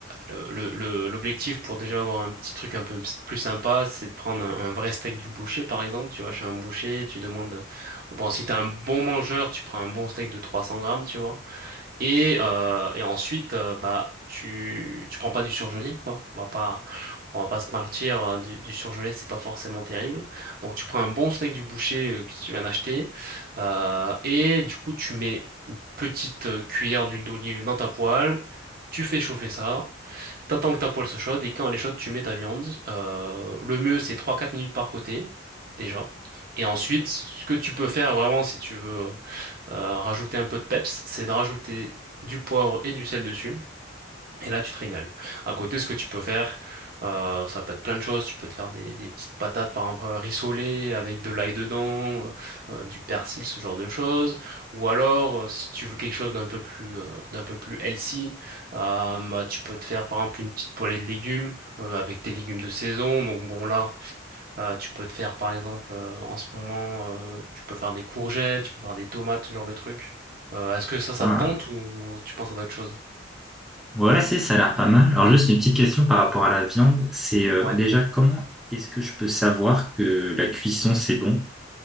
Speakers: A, on the right (about 50°); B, in the centre.
A: le, le- le- l'objectif pour déjà avoir un petit truc un peu ps- plus sympa, c'est de prendre un, un vrai steak du boucher par exemple. Tu vas chez un boucher, tu demandes. Bon, si t'es un bon mangeur, tu prends un bon steak de 300 grammes, tu vois. Et, euh, et ensuite, euh, bah, tu, tu prends pas du surgelé, quoi. On va pas, on va pas se mentir, euh, du, du surgelé, c'est pas forcément terrible. Donc, tu prends un bon steak du boucher euh, que tu viens d'acheter, euh, et du coup, tu mets une petite euh, cuillère d'huile d'olive dans ta poêle, tu fais chauffer ça, t'attends que ta poêle se chaude, et quand elle est chaude, tu mets ta viande. Euh, le mieux, c'est trois quatre minutes par côté, déjà. Et ensuite, ce que tu peux faire vraiment si tu veux euh, rajouter un peu de peps, c'est de rajouter du poivre et du sel dessus. Et là, tu te régales. À côté, ce que tu peux faire, euh, ça peut être plein de choses. Tu peux te faire des, des petites patates, par exemple, rissolées avec de l'ail dedans, euh, euh, du persil, ce genre de choses. Ou alors, euh, si tu veux quelque chose d'un peu plus, euh, d'un peu plus healthy, euh, bah, tu peux te faire, par exemple, une petite poêlée de légumes euh, avec tes légumes de saison. Donc bon, là. Euh, tu peux te faire, par exemple, euh, en ce moment, euh, tu peux faire des courgettes, tu peux faire des tomates, ce genre de trucs. Euh, est-ce que ça, ça
B: Ah.
A: te tente ou tu penses à d'autres choses?
B: Ouais, si, ça a l'air pas mal. Alors, juste une petite question par rapport à la viande. C'est, euh,
A: Ouais.
B: déjà, comment est-ce que je peux savoir que la cuisson, c'est bon?